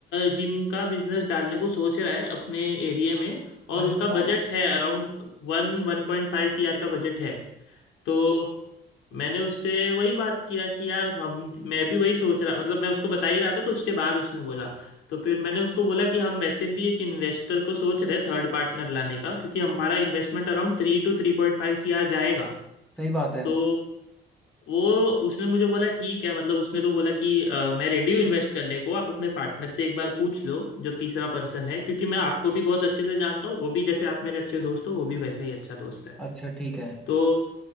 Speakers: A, on the left; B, in the centre.
A: जिम का बिजनेस डालने को सोच रहा है अपने एरिया में और
B: अरे
A: उसका बजट
B: वाह
A: है अराउंड वन वन पॉइंट फाइव सी आर का बजट है तो मैंने उससे वही बात किया कि यार हम मैं भी वही सोच रहा मतलब मैं उसको बता ही रहा था तो उसके बाद उसने बोला तो फिर मैंने उसको बोला कि हम वैसे भी एक इन्वेस्टर को सोच रहे थर्ड पार्टनर लाने का क्योंकि हमारा इन्वेस्टमेंट अराउंड थ्री टू थ्री पॉइंट फाइव सी आर जाएगा
B: सही बात है
A: तो वो उसने मुझे बोला ठीक है मतलब उसने तो बोला कि "अ, मैं रेडी हूँ इन्वेस्ट करने को आप अपने पार्टनर से एक बार पूछ लो जो तीसरा पर्सन है क्योंकि मैं आपको भी बहुत अच्छे से जानता हूँ वो भी जैसे आप मेरे अच्छे दोस्त हो वो भी वैसा ही अच्छा दोस्त है
B: अच्छा ठीक है
A: तो